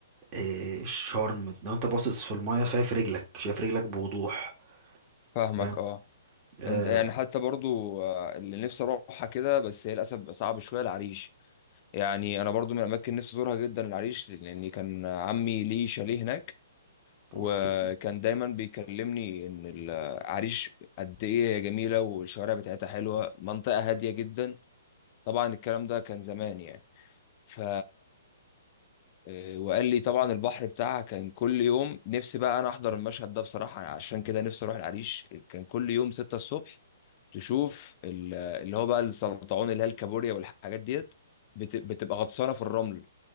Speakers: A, on the right; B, on the left.
A: آه، الشرم لو انت باصص في المايه شايف رجلك شايف رجلك بوضوح
B: فاهمك
A: فاهم
B: اه
A: آه
B: انت يعني حتى برضو آه، اللي نفسي اروحها كده بس هي للاسف بقى صعب شوية العريش يعني انا برضو من الاماكن نفسي ازورها جدا العريش لان كان عمي ليه شاليه هناك وكان
A: اوكي
B: دايما بيكلمني ان العريش قد ايه هي جميله والشوارع بتاعتها حلوه منطقه هاديه جدا طبعا الكلام ده كان زمان يعني ف إيه، وقال لي طبعا البحر بتاعها كان كل يوم نفسي بقى انا احضر المشهد ده بصراحه عشان كده نفسي اروح العريش كان كل يوم 6 الصبح تشوف ال- اللي هو بقى السلطعون اللي هي الكابوريا والحاجات ديت بت- بتبقى غطسانه في الرمل